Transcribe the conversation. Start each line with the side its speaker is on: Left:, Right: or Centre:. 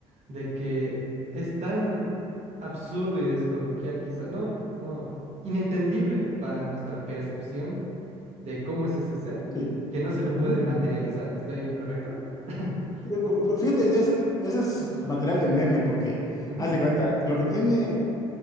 Right: de que es tan absurdo y descoloquial, quizá, no, no, inentendible para nuestra percepción de cómo es ese ser
Left: sí.
Right: que no se lo
Left: Ujú.
Right: puede materializar. ¿Estoy en lo correcto? <laughs>
Left: Eh, bu- bu- Fíjate, ese, ese es material de meme porque,
Right: Ujú,
Left: haz de cuenta, lo que tiene